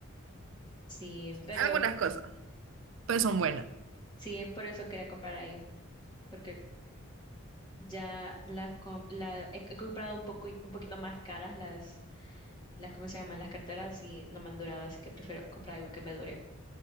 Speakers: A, on the left (about 20°); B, on the right (about 65°).
A: Sí, pero
B: Algunas cosas, pero son buenas.
A: sí, por eso quería comprar ahí, porque ya las com- la, he, he comprado un poco, un poquito más caras las, las, ¿cómo se llaman? Las carteras y no me han durado, así que prefiero comprar algo que me dure.